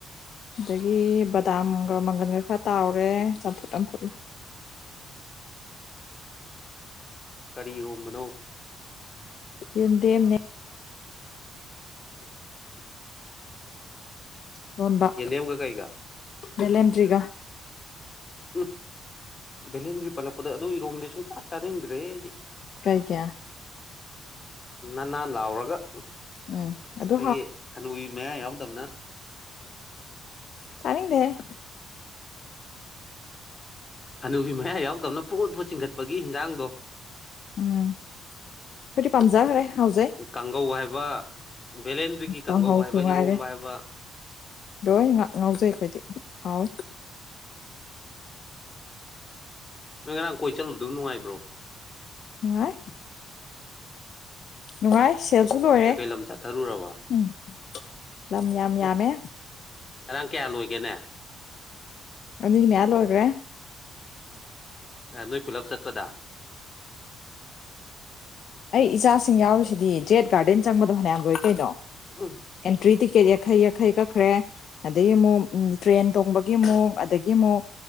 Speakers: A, on the left (about 65°); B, on the left (about 30°).
A: ꯑꯗꯒꯤ ꯕꯗꯥꯝꯒ ꯃꯪꯒꯟꯒ ꯈꯔ ꯇꯥꯎꯔꯦ ꯆꯝꯐꯨꯠ ꯑꯃ ꯐꯨꯠꯂꯦ
B: ꯀꯔꯤ ꯏꯔꯣꯝꯕꯅꯣ
A: ꯌꯦꯟꯗꯦꯝꯅꯦ ꯂꯣꯟꯕ
B: ꯌꯦꯟꯗꯦꯝꯒ ꯀꯩꯒ
A: ꯕꯦꯂꯦꯟꯗ꯭ꯔꯤꯒ
B: ꯎꯝ ꯚꯦꯂꯦꯟꯗ꯭ꯔꯤ ꯄꯜꯂꯛꯄꯗ ꯑꯗꯨ ꯏꯔꯣꯝꯕꯗꯤ ꯁꯨꯝ ꯑꯁ ꯆꯥꯅꯤꯡꯗ꯭ꯔꯦ ꯑꯩꯗꯤ
A: ꯀꯩ ꯀꯌꯥ
B: ꯅꯅꯥꯜ ꯂꯥꯎꯔꯒ ꯑꯩꯈꯣꯏꯒꯤ
A: ꯎꯝ ꯑꯗꯨ
B: ꯍꯅꯨꯕꯤ ꯃꯌꯥ ꯌꯥꯎꯗꯕꯅ
A: ꯇꯥꯅꯤꯡꯗꯦ
B: ꯍꯅꯨꯕꯤ ꯃꯌꯥ ꯌꯥꯎꯗꯕꯅ ꯐꯨꯠ ꯐꯨꯠ ꯆꯤꯡꯈꯠꯄꯒꯤ ꯍꯤꯟꯖꯥꯡꯗꯣ
A: ꯎꯝ ꯑꯈꯣꯏꯗꯤ ꯄꯥꯝꯖꯈꯔꯦ ꯍꯥꯎꯖꯩ
B: ꯀꯥꯡꯒꯧ ꯍꯥꯏꯕ ꯚꯦꯂꯦꯟꯗ꯭ꯔꯤꯒꯤ ꯀꯥꯡꯒꯧ
A: ꯀꯥꯡꯍꯧꯁꯨ
B: ꯍꯥꯏꯕ
A: ꯉꯥꯏꯔꯦ
B: ꯏꯔꯣꯝꯕ ꯍꯥꯏꯕ
A: ꯂꯣꯏ ꯉ ꯉꯥꯎꯖꯩ ꯑꯩꯈꯣꯏꯗꯤ ꯍꯥꯎ
B: ꯅꯣꯏ ꯉꯔꯥꯡ ꯀꯣꯏ ꯆꯠꯂꯨꯕꯗꯨ ꯅꯨꯡꯉꯥꯏꯕ꯭ꯔꯣ
A: ꯅꯨꯡꯉꯥꯏ ꯅꯨꯡꯉꯥꯏ ꯁꯦꯜꯁꯨ ꯂꯣꯏꯔꯦ
B: ꯀꯩꯀꯩ ꯂꯝ ꯆꯠꯊꯔꯨꯔꯕ
A: <unintelligible> ꯂꯝ ꯌꯥꯝ
B: ꯎꯝ
A: ꯌꯥꯝꯃꯦ
B: ꯉꯔꯥꯡ ꯀꯌꯥ ꯂꯣꯏꯒꯦꯅꯦ
A: ꯑꯅꯤ ꯃꯌꯥ ꯂꯣꯏꯒ꯭ꯔꯦ
B: ꯅꯣꯏ ꯄꯨꯂꯞ ꯆꯠꯄꯗ
A: ꯑꯩ ꯏꯆꯥꯁꯤꯡ ꯌꯥꯎꯔꯤꯁꯤꯗꯤ ꯖꯦꯠ ꯒꯥꯔꯗꯦꯟ ꯆꯪꯕꯗꯣ ꯐꯅꯌꯥꯝ ꯂꯣꯏ ꯀꯩꯅꯣ
B: ꯎꯝ
A: ꯑꯦꯟꯇ꯭ꯔꯤ ꯇꯤꯀꯦꯠ ꯌꯥꯡꯈꯩ ꯌꯥꯡꯈꯩ ꯀꯛꯈ꯭ꯔꯦ ꯑꯗꯒꯤ ꯑꯃꯨꯛ ꯎꯝ ꯇ꯭ꯔꯦꯟ ꯇꯣꯡꯕꯒꯤ ꯑꯃꯨꯛ ꯑꯗꯒꯤ ꯑꯃꯨꯛ